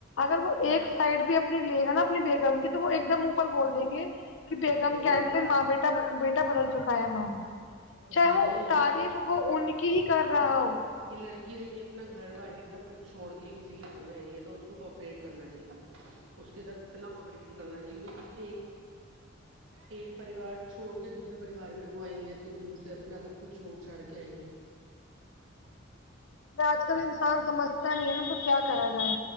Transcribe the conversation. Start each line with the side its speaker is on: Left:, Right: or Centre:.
Left: اگر وہ ایک سائڈ بھی اپنی لے گا نا اپنی بیگم کے تو وہ ایک دم اوپر بول دیں گے کہ بیگم
Right: بدل
Left: کے
Right: گئے
Left: آنے
Right: ہم
Left: سے ماں بیٹا بیٹا بدل چکا ہے چاہے
Right: جی یہ
Left: وہ تعریف
Right: یہی
Left: وہ ان کی ہی کر رہا ہو
Right: یہ لڑکی دیکھیے اپنا گھر باہر سب کچھ چھوڑ کے کسی کے گھر میں آئی ہے تو اس کوپریٹ کرنا چاہیے اس کے ساتھ کتنا کوپریشن کرنا چاہیے ایک
Left: <inaudible>
Right: ایک پریوار چھوڑ کے دوسرے پریوار میں وہ آئی ہیں اتنی دور سے اپنا سب کچھ چھوڑ چھاڑ کے آئی ہیں
Left: میں آج کل انسان سمجھ تا نہیں ہے نا تو کیا کرا جائے